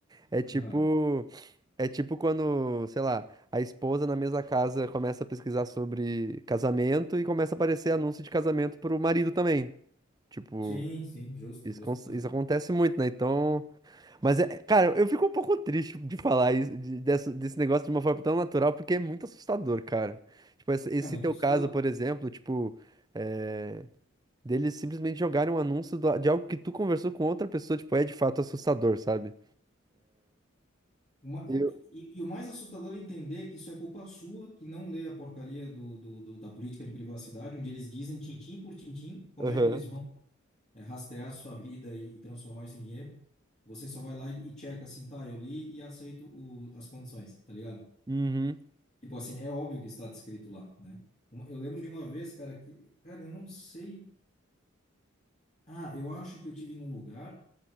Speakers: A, on the right (about 20°); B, on the left (about 35°).
A: É, é tipo,
B: Aham.
A: é tipo quando, sei lá, a esposa na mesma casa começa a pesquisar sobre casamento e começa a aparecer anúncio de casamento pro marido também. Tipo,
B: Sim, sim, justo,
A: isso,
B: justo.
A: cons-
B: Aham.
A: isso acontece muito, né? Então. Mas, é, cara, eu fico um pouco triste de falar isso, de- dessa- desse negócio de uma forma tão natural, porque é muito assustador, cara. Tipo, esse, esse
B: É muito
A: teu
B: assustador.
A: caso, por exemplo, tipo. eh, deles simplesmente jogarem um anúncio do- de algo que tu conversou com outra pessoa, tipo, é de fato assustador, sabe?
B: Uma-
A: Eu.
B: o- e, e o mais assustador é entender que isso é culpa sua, que não lê a porcaria do, do- do- da política de privacidade, onde eles dizem tintim por tintim como
A: Aham.
B: é que eles vão eh, rastrear a sua vida e, e transformar isso em dinheiro. Você só vai lá e, e checa assim, tá, eu li e aceito o- as condições, tá ligado?
A: Uhum.
B: Tipo assim, é óbvio que está descrito lá, né? Uma- eu lembro de uma vez, cara, que, cara, eu não sei. Ah, eu acho que eu tive num lugar.